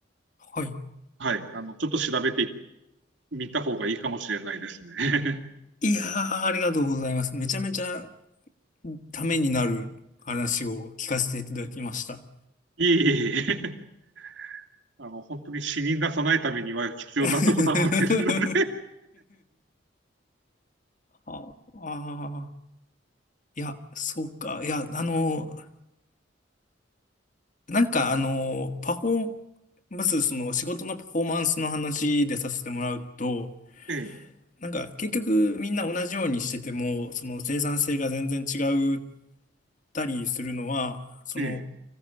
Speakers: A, on the left; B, on the right.
A: はい。
B: はい、あの、ちょっと調べてみた方がいいかもしれないですね。<laughs>
A: いやー、ありがとうございます。めちゃめちゃためになる話を聞かせていただきました。
B: いえいえいえ、<laughs> あの、本当に死に出さないためには必要なとこだまってるので、
A: <laughs> ああー、いや、そうか。いや、あの、なんかあの、パフォー、まずその仕事のパフォーマンスの話でさせてもらうと、
B: <laughs> ええ、
A: なんか結局みんな同じようにしてても、その生産性が全然違ったりするのは、その、
B: ええ、